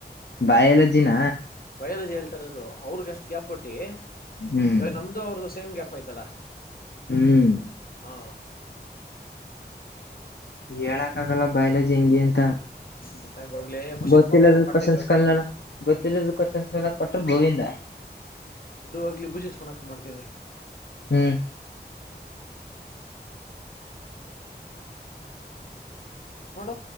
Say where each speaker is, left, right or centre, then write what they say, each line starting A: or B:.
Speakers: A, on the left; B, on the left.
A: ಬಯಾಲಜಿನ.
B: ಬಯೋಲಾಜಿ ಹೇಳ್ತಾರೋದು ಅವ್ರಗ್ ಎಷ್ಟು ಗ್ಯಾಪ್ ಕೊಟ್ಟಿ
A: ಹ್ಮ್
B: ಇವಾಗ ನಮ್ದು ಅವ್ರ್ದು ಸೇಮ್ ಗ್ಯಾಪ್. ಟಫ್ ಐತಲ್ಲ
A: ಹ್ಮ್
B: ಹಾ
A: ಹೇಳಕ್
B: ಸಮಾಚಾರ
A: ಆಗಲ್ಲ ಬಯೋಲಾಜಿ ಹೆಂಗೆ ಅಂತ.
B: ಬಿಟ್ಟಾಗ ಹೋಗ್ಲಿ ಬುಷಿತ್
A: ಗೊತ್ತಿಲ್ಲದೂ
B: ಫೋನ್ ಮಾಡ್ತೇನ್ರು
A: ಕ್ವನ್ಸ್ ಕಲ್ ಗೊತ್ತಿಲ್ಲದ್ರ ಕ್ವಶನ್ಸ್ಲ್ ಕೊಟ್ರ ಗೋವಿಂದ.
B: ಬಿಡುಹೋಗ್ಲಿ ಬುಜತ್ ಫೋನಕ್ ಮಾಡ್ತವ್ರ.
A: ಹ್ಮ್
B: ಹ ನೋಡು